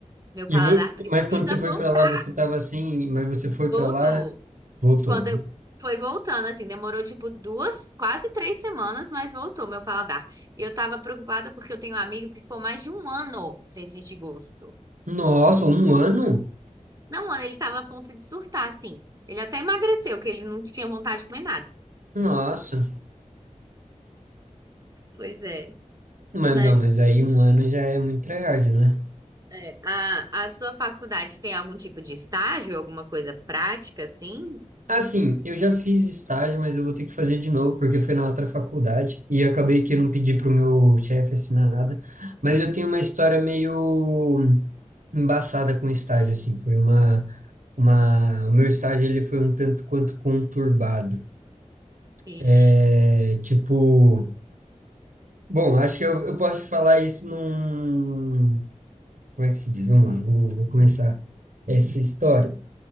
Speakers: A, on the right (about 25°); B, on the right (about 85°).
A: meu paladar
B: E vo-
A: precisa
B: mas quando você foi
A: voltar.
B: para lá, você estava assim, mas você foi
A: Voltou.
B: para lá, voltou.
A: Quando eu... Foi voltando, assim, demorou tipo duas, quase três semanas, mas voltou meu paladar. E eu tava preocupada porque eu tenho um amigo que ficou mais de um ano sem sentir gosto.
B: Nossa, um ano?
A: Não, mano, ele tava a ponto de surtar, assim. Ele até emagreceu, que ele não tinha vontade de comer nada.
B: Nossa.
A: Pois é.
B: Mas
A: Mas
B: não, mas aí
A: Sim.
B: um ano já é muito tryhard, né?
A: é, a, a sua faculdade tem algum tipo de estágio, alguma coisa prática, assim?
B: Assim, eu já fiz estágio, mas eu vou ter que fazer de novo, porque foi na outra faculdade, e acabei que eu não pedi pro meu chefe assinar nada, mas eu tenho uma história meio embaçada com estágio, assim, foi uma, uma, o meu estágio, ele foi um tanto quanto conturbado,
A: Ixi.
B: é, tipo, bom, acho que eu, eu posso falar isso num, como é que se diz? Vamos lá, vou, vou começar essa história.